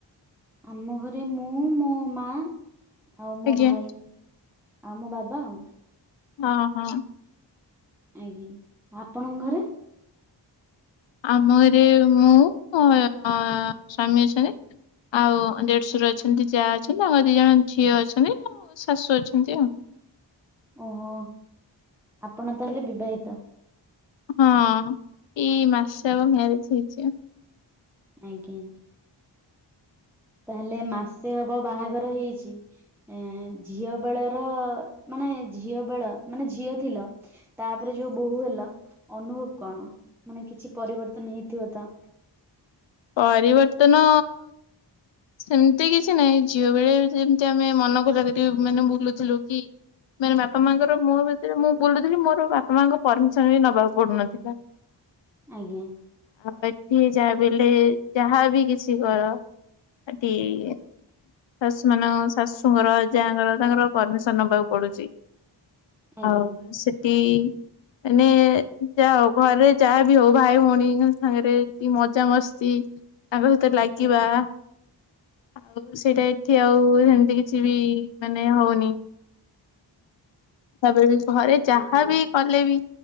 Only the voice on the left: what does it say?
ଆଜ୍ଞା
ହଁ- ହଁ।
ଆମ ଘରେ ମୁଁ, ମୋ ସ୍ୱାମୀ ଅଛନ୍ତି। ଆଉ ଦେଢଶର ଅଛନ୍ତି ଯା ଅଛନ୍ତି, ତାଙ୍କର ଦି ଜଣ ଝିଅ ଅଛନ୍ତି ଆଉ ମୋ ଶାଶୁ ଅଛନ୍ତି ଆଉ।
ହଁ ଏଇ ମାସେ ହବ ମ୍ୟାରେଜ ହେଇଛି ଆଉ।
ପରିବର୍ତ୍ତନ ସେମିତି କିଛି ନାହିଁ। ଝିଅ ବେଳେ ବି ଯେମିତି, ଆମେ ମନ ଖୋଲା କରି ମାନେ ବୁଲୁଥିଲୁ କି ମାନେ ବାପା ମାଙ୍କର ମୋ ଭିତରେ ମୁଁ ବୁଲୁଥିଲି, ମୋର ବାପା ମାଙ୍କ ପରମିସନ୍ ବି ନବାକୁ ପଡୁନଥିଲା।
ଆଉ ଏଠି ଯାହା ବି ହେଲେ, ଯାହା ବି କିଛି କର ଏଠି ଶାଶୁମାନ ଶାଶୁଙ୍କର ଯାଙ୍କର ତାଙ୍କର ପରମିସନ୍ ନବାକୁ ପଡୁଛି,
ଆଉ ସେ ଠି ହେଲେ ଯାହା ହଉ ଘରେ ଯାହା ବିି ହଉ, ଭାଇ ଭଉଣୀଙ୍କ ସାଙ୍ଗରେ ଟିକେ ମଜା ମଜାମସ୍ତି ତାଙ୍କ ସହିତ ଲାଗିବା ଆଉ ସେଇଟା, ଏଠି ଆଉ ସେମିତି କିଛି ବି ମାନେ ହଉନି। ତାପରେ ବି ଘରେ
ଯାହା ବି କଲେ ବି,